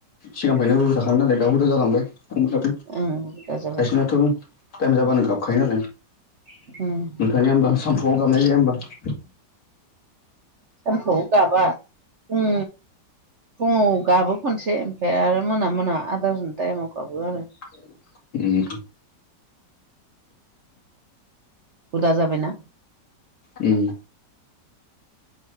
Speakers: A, on the left; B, on the right.
A: सिगांफ्रायायनो जाखाग नालाय दाउ हु दा जालांबाय दाो
B: ओं हुदा जाबाय
A: खायसेनाथ' टाइम जाब्लानो गाबखायो नालाय
B: <unintelligible>
A: थांा ह होनबा सानुआव गाबनाय जाया ह होनोमबा
B: सानखौ गाबा फ फुङाव गाबो खनसे ओमफफ्राय आरो मोना मोना आदार न्टा टाइमाव खाबो आरो
A: ए एे
B: हुदा जाबायना
A: ए